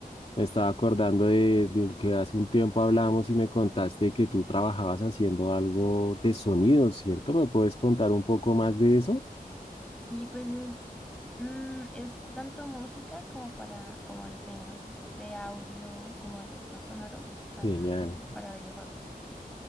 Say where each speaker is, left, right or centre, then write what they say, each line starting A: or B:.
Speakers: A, on the left; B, in the centre.
A: Me estaba acordando de, de que hace un tiempo hablamos y me contaste que tú trabajabas haciendo algo de sonido, ¿cierto? ¿Me puedes contar un poco más de eso?
B: Sí, pues es, mm, es tanto música como para, como diseño de audio, como de efectos sonoros para,
A: Genial.
B: para videojuegos.